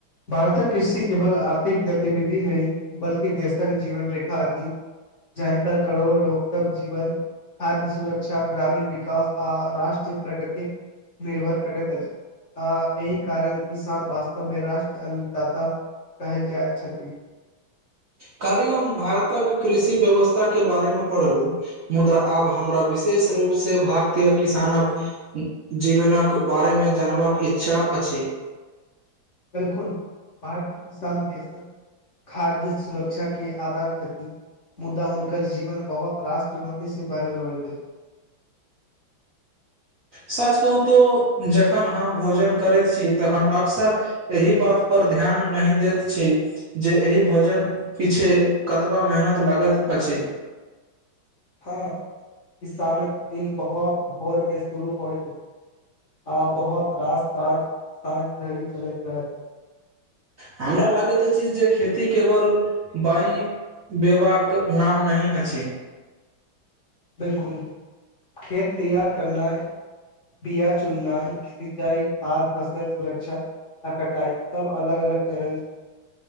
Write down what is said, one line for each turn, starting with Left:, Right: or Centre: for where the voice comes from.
Left: भारतक कृषि केवल आर्थिक गतिविधि नहि, बल्कि देशक जीवन रेखा अछि। जाहिपर करोड़ो लोकसभ जीवन खाद्य सुरक्षा, ग्रामीण विकास आ राष्ट्रीय प्रगति। निर्भर करैत अछि। आ एहि कारण किसान वास्तवमे राष्ट्रीय अन्नदाता कहल जाइत छथि। <inaudible>
Right: काल्हि हम भारतक कृषि व्यवस्थाके बारे मे पढ़लहुँ, मुदा आब हमरा विशेष विशेष रूपसे भारतीय किसानक उम्म जीवनक बारेमे जानबाक इच्छा अछि।
Left: बिल्कुल। भारतीय किसान देशक खाद्य सुरक्षाके आधार छथि। मुदा हुनकर जीवन बहोत रास चुनौतीसे भरल होइत अछि। <inaudible>
Right: सच कहू तऽ जखन हम भोजन करैत छी तखन अक्सर एहि बात पर ध्यान नहि दैत छै, जे एहि भोजन पीछे कतबा मेहनत लागत अछि।
Left: <inaudible> हँ, किसानक दिन बहुत भोरमे शुरू होेइत अछि। आ बहुत रास काज साँझ धरि चलैत रहैत अछि।
Right: हमरा लागैत अछि जे खेती केवल बाईं बैबाक नाम नहि अछि।
Left: बिल्कुल। खेत तैयार करनाय बिया चुन्नाय, सिंचाई, खाद, फसल सुरक्षा आ कटाई सब अलग अलग चरण छैय।